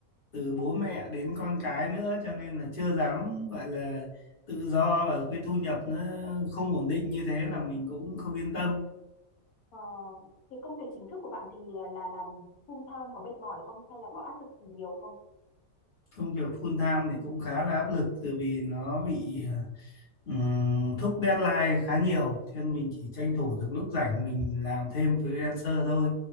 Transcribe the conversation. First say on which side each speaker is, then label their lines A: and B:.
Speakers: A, on the left; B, on the left.
A: từ bố mẹ đến con cái nữa cho nên là chưa dám gọi là tự do và cái thu nhập nó không ổn định như thế là mình cũng không yên tâm.
B: Ờ, thì công việc chính thức của bạn thì là, là làm full time có mệt mỏi không hay là có áp lực gì nhiều không?
A: Công việc full time thì cũng khá là áp lực tự vì nó bị ờ, Ừm, thúc deadline khá nhiều cho nên mình chỉ tranh thủ được lúc rảnh mình làm thêm freelancer thôi